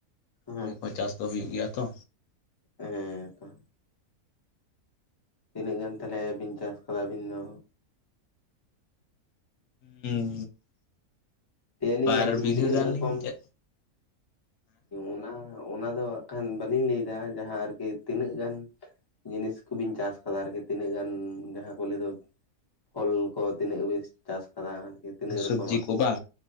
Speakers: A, on the left (about 20°); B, on the left (about 90°).
A: ᱦᱮᱸ
B: ᱱᱤᱭᱟᱹ ᱠᱚᱦᱚᱸ ᱪᱟᱥ ᱫᱚ ᱦᱩᱭᱩᱜ ᱜᱮᱭᱟ ᱛᱚ᱾
A: ᱦᱮᱸ ᱛᱟ ᱛᱤᱱᱟᱹᱜ ᱜᱟᱱ ᱛᱟᱞᱦᱮ ᱵᱤᱱ ᱪᱟᱥ ᱠᱟᱫᱟ ᱟᱹᱵᱤᱱ ᱫᱚ?
B: ᱦᱩᱸ
A: ᱞᱟᱹᱭ ᱟᱹᱞᱤᱧ
B: ᱵᱟᱨ
A: ᱟᱨᱠᱤ
B: ᱵᱤᱜᱷᱟᱹ
A: ᱛᱤᱱᱟᱹᱜ
B: ᱜᱟᱱ
A: ᱨᱚᱠᱚᱢ
B: ᱞᱤᱧ ᱪᱟ
A: ᱚᱱᱟ ᱚᱱᱟ ᱫᱚ ᱦᱟᱸᱜ ᱠᱷᱟᱱ ᱵᱟᱹᱞᱤᱧ ᱞᱟᱹᱭ ᱫᱟ ᱡᱟᱦᱟᱸ ᱟᱨᱠᱤ ᱛᱤᱱᱟᱹᱜ ᱜᱟᱱ ᱡᱤᱱᱤᱥ ᱠᱚᱵᱤᱱ ᱪᱟᱥ ᱠᱟᱫᱟ ᱟᱨᱠᱤ ᱛᱤᱱᱟᱹᱜ ᱜᱟᱱ ᱡᱟᱦᱟᱸ ᱠᱚ ᱞᱟᱭᱹ ᱫᱚ ᱯᱷᱚᱞ ᱠᱚ ᱛᱤᱱᱟᱹᱜ ᱵᱤᱥ ᱪᱟᱥ ᱠᱟᱫᱟ ᱟᱨᱠᱤ ᱛᱤᱱᱟᱹᱜ
B: ᱥᱚᱵᱽᱡᱤ
A: ᱨᱚᱠᱚᱢᱟᱜ,
B: ᱠᱚ ᱵᱟᱝ